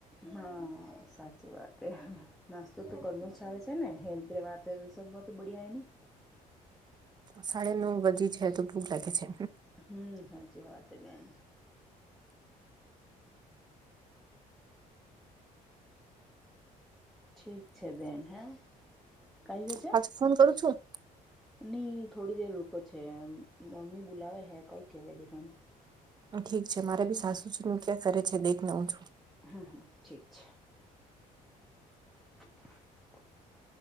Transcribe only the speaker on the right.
સાડ નવ બજી છે તો ભૂખ લાગે છે.
પાછું ફોન કરું છું
ઠીક છે મારે બી સાસુજી નું ક્યાં કરે છે દેખને હું છું.